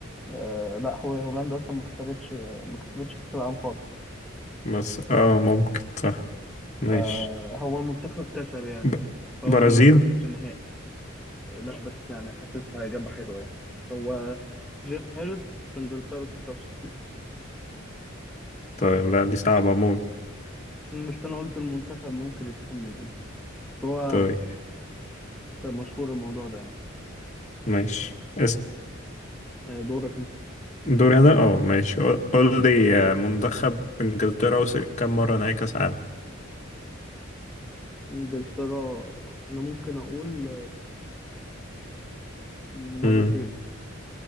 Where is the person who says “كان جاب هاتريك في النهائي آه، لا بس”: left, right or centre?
Centre